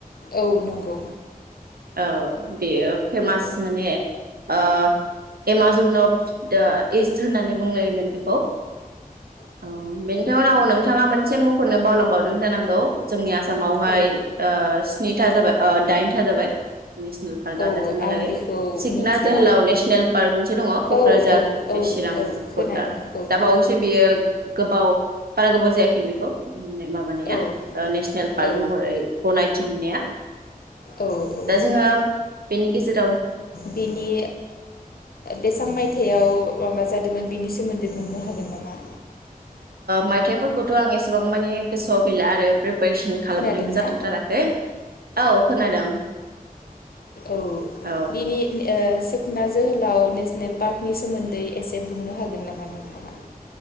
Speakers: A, on the left; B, on the right.
A: औ नंगौ।
B: औ बेयो फेमास
A: औ
B: माने ओ एमाजनाव अफ दा इस्ट होननानै बुंलायोमोन बेखौ। औ बेनिथ उनाव नोंथाङा मोन मोनसे मखनो बावलांबावदों जानांगौ जोंनिया आसामावहाय।
A: औ
B: स्निथा जाबाय दाइनथा जाबाय। नेसनेल पार्कआ
A: औ
B: दासिमहालागै
A: आं बेखौ
B: सिखना
A: मिथिया
B: जोहोलाव नेसनेल पार्क मोनसे दङ कक्राझार
A: औ औ
B: बे
A: औ
B: चिरां
A: औ खोनादों
B: बरडार दा
A: औ
B: बावैसो बेयो गोबाव बारा गोबाव जायाखै बेखौ। मोन्नाय माबानाया
A: औ
B: ओ नेसनेल पार्क
A: औ
B: महरै गनाय मिथि मोननाया।
A: औ औ
B: दा जोंङो। बेनि गेजेर
A: बिनि बेसेबां मायथायाव। माबा जादोंमोन बेनि सोमोन्दै बुंनो हागोन नामा।
B: मायथाइफोरखौथ आं एसेबां माने गोसोआव गैला आरो। बायसन खालामनायबो
A: खोनादों ना
B: जाथथाराखै औ खोनादों।
A: औ
B: औ
A: बिनि सिखोना जोहोलाव। नेसनेल पार्कनि सोमोन्दै एसे बुंनो हागोन नामा नोंथाङा।